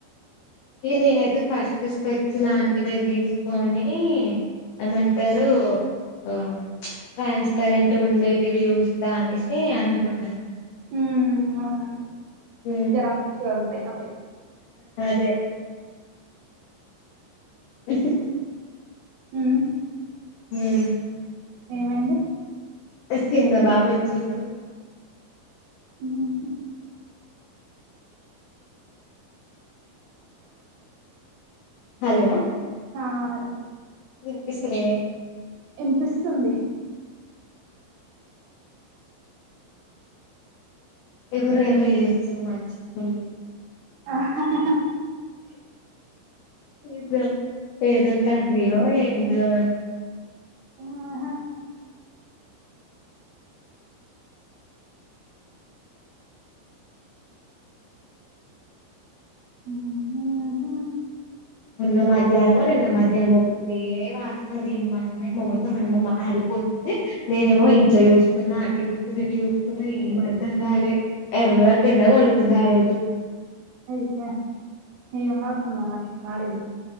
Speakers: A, on the left; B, on the right.
A: ఇక నేనైతే ఫస్ట్ స్పెట్స్ లాంటివ తీసుకొని ఏమంటారు ఆ ఫన్స్ కరెంట్ ఉండేదివి చూస్తా అనేసి అనుకుం
B: మ్ అవును
A: ఉమ్
B: జర మంచిగ ఉంటాయి అవే
A: దే <unintelligible>
B: మ్
A: ఉమ్
B: ఏమైంది
A: వచ్చిండు బాబ వచ్చిండు
B: హ్మ్.
A: హలో
B: హా హలో
A: వినపిస్తలే
B: ఇనిపిస్తుంది
A: ఎవరు ఏమ చేస్తారు మంచి ఫల్ వ
B: ఆ హా హా
A: నిజం ఏదో కర్రీ యో ఏదో
B: ఆహా మ్ హు హు
A: నిన్న మధ్యాహ్నమో నిన్న మధ్యాహ్నమ ఒకటే వాసన దేని వాసన మొత్తం మాడి పోతుంది నేనేమో ఇంట్లో చూస్తున్నా అటు చూ ఎటు చూస్తున్న ఏం అర్థం కాలదు ఎర్ర ఎండ కొడుతుంది ఆ రోజు
B: అ ఏ వాసున్నా మరి మాడిం దు